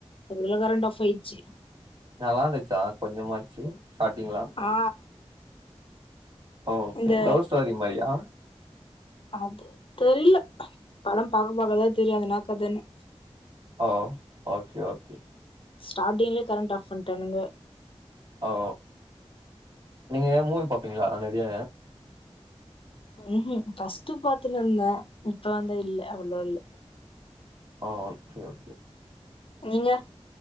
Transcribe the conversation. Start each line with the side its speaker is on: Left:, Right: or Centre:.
Left: அதுக்குள்ள கரண்ட் ஆஃப் ஆயிடுச்சு
Right: நல்லா இருந்துச்சா கொஞ்சமாச்சு ஸ்டார்டிங்ல
Left: ஆ
Right: ஓகே
Left: இந்த
Right: லவ் ஸ்டோரி மாதிரியா
Left: அது தெரியல படம் பாக்க பாக்கதான் தெரியும் அது என்னா கதைன்னு
Right: ஓ ஓகே ஓகே
Left: ஸ்டார்டிங்லயே கரண்ட் ஆஃப் பண்ணிட்டானுங்க
Right: ஓ நீங்க மூவி பாப்பீங்களா நெறைய
Left: உ ஹும் ஃபஸ்ட் பாத்துட்டு இருந்தேன் இப்ப வந்து இல்லே அவ்வளவா இல்லே
Right: ஆஹ் ஓகே ஓகே
Left: நீங்க